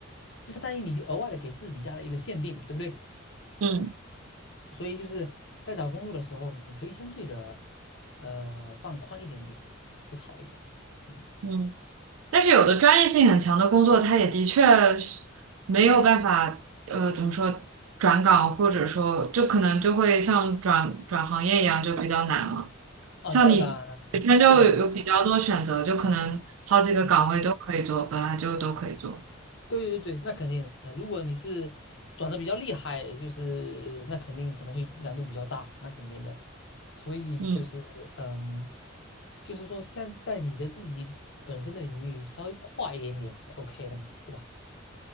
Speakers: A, on the left; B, on the right.
A: 就相当于你额外的给自己加了一个限定，对不对？
B: 嗯
A: 所以就是在找工作的时候，你可以相对的呃放宽一点点，会好一点。嗯，
B: 嗯。但是有的专业性很强的工作，它也的确是没有办法，呃，怎么说转岗，或者说就可能就会像转转行业一样，就比较难了。
A: 哦，
B: 像你本身就有有比较多选择，
A: 那当然了，是的，
B: 就可能好几个岗位都可以做，
A: 嗯。
B: 本来就都可以做。
A: 对对对，那肯定的。如果你是转的比较厉害，就是那肯定可能会难度比较大，那肯定的。所以就是嗯，
B: 嗯。
A: 就是说像在你的自己本身的领域稍微快一点点是 OK 的嘛，对吧？